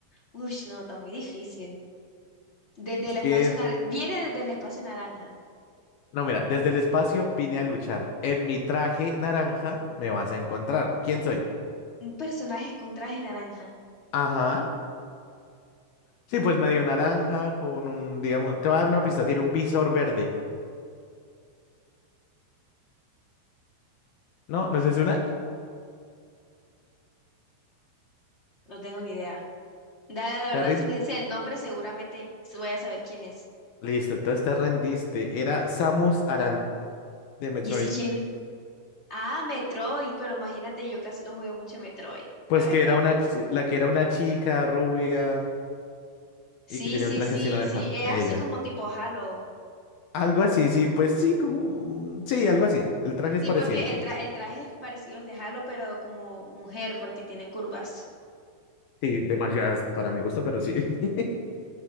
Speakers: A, on the left; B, on the left.
A: uy, no, está muy difícil. Desde el espacio
B: Pies.
A: naranja, viene desde el espacio naranja.
B: No, mira, desde el espacio vine a luchar. En mi traje naranja me vas a encontrar. ¿Quién soy?
A: Un personaje con traje naranja.
B: Ajá. Sí, pues medio naranja con un, digamos, te voy a dar una pista, tiene un visor verde. ¿No? ¿No es una?
A: No no tengo ni idea. Da- La verdad,
B: Te rindo?
A: si me dice el nombre, seguramente voy a saber quién es.
B: Listo, entonces te rendiste. Era Samus Aran de Metroid.
A: ¿Y ese quién? Ah, Metroid, pero imagínate, yo casi no jugué mucho Metroid,
B: Pues
A: la verdad.
B: que era una, chi- la que era una chica rubia
A: Sí,
B: y que tenía
A: sí,
B: un traje
A: sí,
B: así naranja.
A: sí, es
B: Ella.
A: así como tipo Halo.
B: Algo así, sí, pues sí, como. Sí, algo así. El traje
A: Sí,
B: es parecido,
A: porque
B: sí.
A: el, tra- el traje es parecido al de Halo, pero como mujer, porque tiene curvas.
B: Sí, demasiadas para mi gusto, pero sí. <laughs>